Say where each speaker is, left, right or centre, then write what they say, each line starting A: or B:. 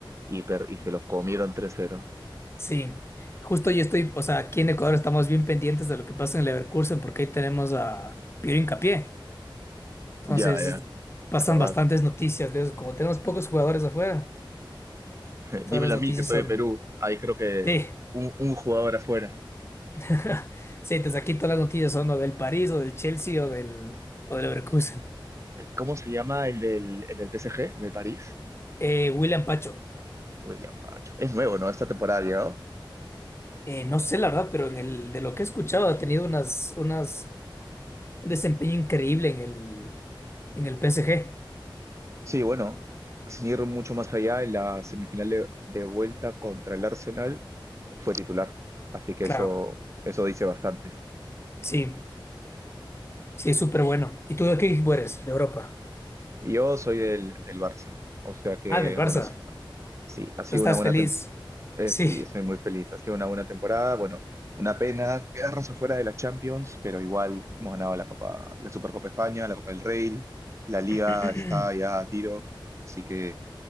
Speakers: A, on the right (about 35°); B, on the left (about 30°).
A: y, per- y se los comieron tres 0
B: sí. Justo yo estoy, o sea, aquí en Ecuador estamos bien pendientes de lo que pasa en el Leverkusen porque ahí tenemos a Piero Hincapié.
A: Ya,
B: Entonces,
A: ya,
B: pasan
A: es verdad.
B: bastantes noticias de eso. Como tenemos pocos jugadores afuera,
A: Dímelo
B: todas las
A: a
B: noticias
A: mí, que soy
B: son...
A: de Perú. Ahí creo que
B: Sí,
A: un, un jugador afuera.
B: <laughs> sí, desde aquí todas las noticias son o del París o del Chelsea o del, o del Leverkusen.
A: ¿Cómo se llama el del, el del PSG, el del París?
B: Eh, William Pacho,
A: William Pacho. Es nuevo, ¿no? Esta temporada ha llegado.
B: eh, no sé la verdad, pero en el, de lo que he escuchado ha tenido unas, unas, un desempeño increíble en el, en el PSG.
A: Sí, bueno, sin ir mucho más allá, en la semifinal de, de vuelta contra el Arsenal fue titular, así que
B: Claro,
A: eso, eso dice bastante.
B: sí, sí, es súper bueno. ¿Y tú de qué equipo eres? De Europa.
A: Yo soy del, del Barça, o sea que,
B: Ah, del Barça.
A: bueno, sí, sí, ha sido
B: ¿Tú estás
A: una buena
B: feliz?
A: temporada. Eh,
B: Sí.
A: sí, soy muy feliz. Ha sido una buena temporada. Bueno, una pena quedarnos afuera de la Champions, pero igual hemos ganado la Copa, la Supercopa España, la Copa del Rey, la Liga
B: <clears throat>
A: está ya a tiro, así que